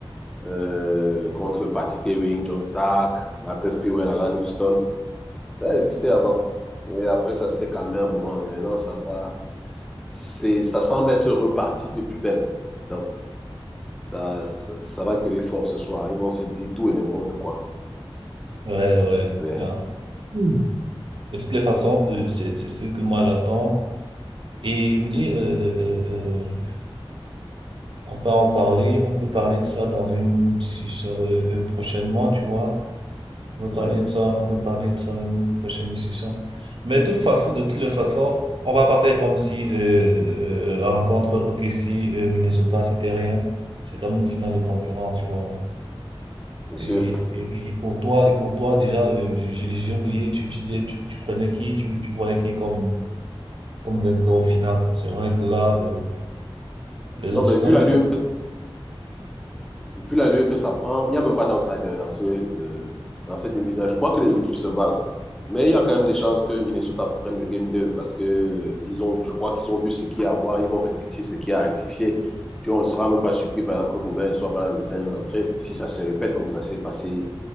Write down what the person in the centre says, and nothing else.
euh, contre Patrick Ewing, John Stark, Latrell Sprewell, Alan Houston. Ça existait avant. Et après, ça s'était calmé un moment. Mais maintenant, ça va. C'est, ça semble être reparti de plus belle. Donc, ça, ça, ça va gueuler fort ce soir. Ils vont se dire tout et n'importe quoi.
Ça,
c'est clair.
Ouais,
monsieur.
Non,
mais
vu
la
lieu
vu la lieu que ça prend, il n'y a même pas d'outsider dans, ce, euh, dans cette demi-finale. Je crois que les équipes se valent. Mais il y a quand même des chances que Minnesota prenne le game 2 parce que euh, ils ont, je crois qu'ils ont vu ce qu'il y a à voir, ils vont rectifier ce qu'il y a à rectifier. Puis on ne sera même pas surpris, par exemple, que Gobert ne soit pas là le 5 d'entrée, si ça se répète comme ça s'est passé